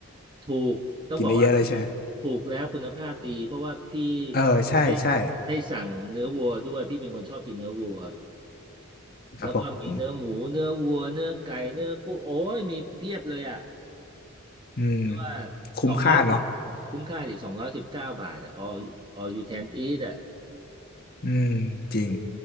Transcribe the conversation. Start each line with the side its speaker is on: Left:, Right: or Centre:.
Right: ถูกต้องบอกว่าถูกถูกแล้วคุณภาพดีเพราะว่าพี่
Left: กินได้เยอะเลยใช่ไหมเออใช่ใช่
Right: ได้ได้สั่งเนื้อวัวด้วยพี่เป็นคนชอบกินเนื้อวัว
Left: ครับผม
Right: แล้วก็มีเนื้อหมูเนื้อวัวเนื้อไก่เนื้อกุ้งโอ้ยมีเพียบเลยอ่ะ
Left: อืม
Right: ว่า
Left: คุ้มค่าเนาะ
Right: สองร้อยสิบคุ้มค่าสิสองร้อยสิบเก้าบาทอ่ะ all all you can eat อ่ะ
Left: อืมจริง